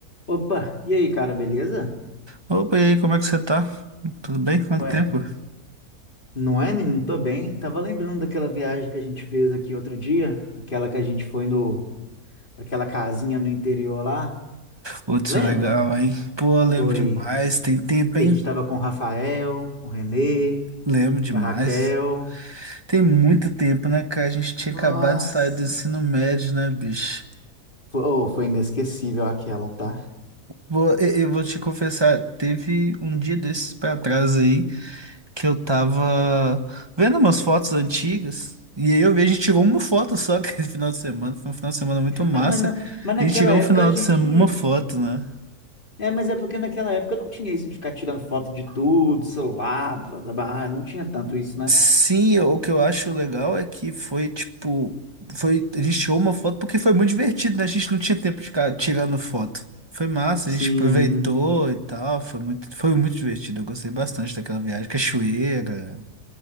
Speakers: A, on the left (about 35°); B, on the right (about 20°).
A: Opa, e aí, cara, beleza?
B: Opa, e aí, como é que você tá? Tudo bem? Quanto
A: Ué,
B: tempo?
A: não é, menino? Tô bem. Tava lembrando daquela viagem que a gente fez aqui outro dia, aquela que a gente foi no, aquela casinha no interior lá.
B: Putz,
A: Lembra?
B: legal, hein? Pô, eu lembro
A: Foi
B: demais. Tem tempo,
A: que
B: hein?
A: a gente tava com o Rafael, com o Renê,
B: Lembro demais.
A: com a Raquel.
B: Tem muito tempo, né, cara? A gente tinha
A: Nossa!
B: acabado de sair do ensino médio, né, bicho?
A: Foi, oh, foi inesquecível aquela, tá?
B: Vou, eu, eu vou te confessar, teve um dia desses pra trás aí que eu tava vendo umas fotos antigas. E aí eu vi, a gente tirou uma foto só <laughs> aquele final de semana. Foi um final de semana muito massa.
A: Ah, mas, na, mas naquela
B: A gente tirou
A: época
B: um final
A: a gente.
B: de semana, uma foto, né?
A: É, mas é porque naquela época não tinha isso de ficar tirando foto de tudo, celular, blá, blá, blá, não tinha tanto isso, né?
B: Sim, o que eu acho legal é que foi tipo. Foi, a gente tirou uma foto porque foi muito divertido, né? A gente não tinha tempo de ficar tirando foto. Foi massa,
A: Sim.
B: a gente aproveitou e tal. Foi muito, foi muito divertido. Eu gostei bastante daquela viagem. Cachoeira.